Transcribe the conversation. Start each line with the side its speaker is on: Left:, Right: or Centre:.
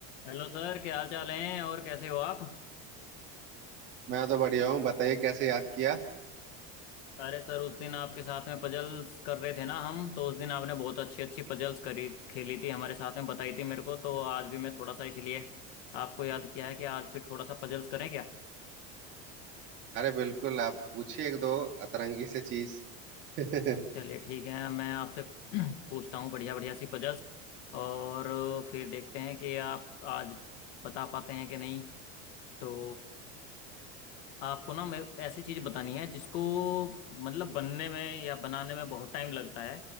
Left: Hello sir क्या हाल चाल हैं और कैसे हो आप
Right: मैं तो बढ़िया हूँ बताइए कैसे याद किया
Left: अरे सर उस दिन आपके साथ में पजल्स कर रहे थे ना हम तो उस दिन आपने बहुत अच्छी अच्छी पजल्स करी खेली थी हमारे साथ में बताई थी मेरे को तो आज भी मैं थोड़ा सा इसलिए आपको याद किया है कि आज फिर थोड़ा सा पजल्स करें क्या
Right: अरे बिल्कुल आप पूछिए एक दो अतरंगी से चीज <laughs> अरे
Left: चलिए ठीक है मैं आपसे <clears throat> पूछता हूँ बढ़िया बढ़िया सी पजल्स और फिर देखते हैं कि आप आज बता पाते हैं कि नहीं तो आपको ना मैं ऐसी चीज बतानी है जिसको मतलब बनने में या बनाने में बहुत टाइम लगता है